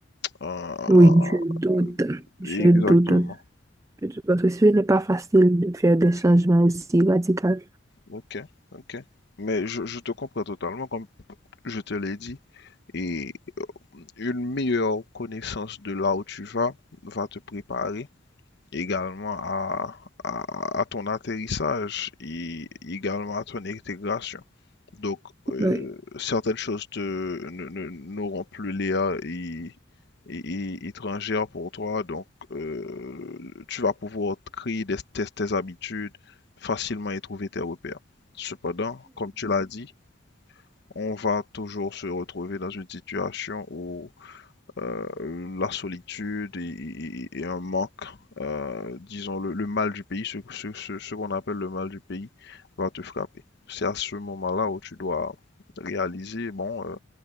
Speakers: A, on the left; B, on the right.
A: un-
B: Oui,
A: un-
B: je doute, je
A: Exactement.
B: doute un peu, parce que ce n'est pas facile de faire des changements aussi radicaux.
A: Ok, ok. Mais je, je te comprends totalement, comme je te l'ai dit. Et une meilleure connaissance de là où tu vas va te préparer également à, à- à ton atterrissage et également à ton intégration. Donc, euh,
B: Oui.
A: certaines choses te, ne- ne- n'auront plus l'air et, et- et étrangères pour toi. Donc, euh, tu vas pouvoir créer des, tes, tes habitudes facilement et trouver tes repères. Cependant, comme tu l'as dit, on va toujours se retrouver dans une situation où euh, la solitude et, et- et un manque, euh, disons le, le mal du pays, ce, ce- ce- ce qu'on appelle le mal du pays, va te frapper. C'est à ce moment-là où tu dois réaliser, bon, euh,